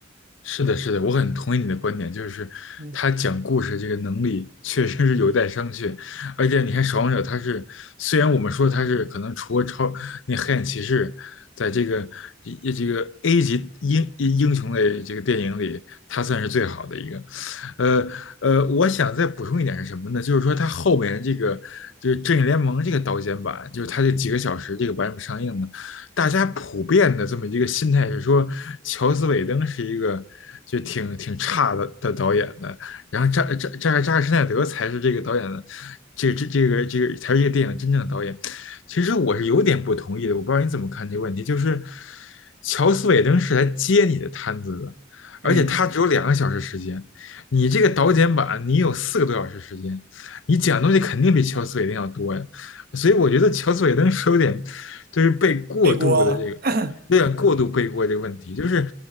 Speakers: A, on the left (about 75°); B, on the right (about 50°).
A: 是的，是的，我很同意你的观点，就是他讲故事这个能力确实是有待商榷。
B: 嗯
A: 而且你看《守望者》，他是虽然我们说他是可能除了超那黑暗骑士，在这个一这个 A 级英英雄类这个电影里，他算是最好的一个。呃呃，我想再补充一点是什么呢？就是说他后面这个就是《正义联盟》这个导剪版，就是他这几个小时这个版本上映呢。大家普遍的这么一个心态是说，乔斯·韦登是一个就挺挺差的的导演的，然后扎扎扎克扎克施奈德才是这个导演的，这这这个这个才是这个电影真正的导演。其实我是有点不同意的，我不知道你怎么看这个问题，就是乔斯·韦登是来接你的摊子的，而且他只有两个小时时间，
B: 嗯，
A: 你这个导剪版你有四个多小时时间，你讲的东西肯定比乔斯·韦登要多呀。所以我觉得乔斯韦登是有点就是被过度的这个有点过度背锅这个问题，
B: 背锅，了。
A: 就是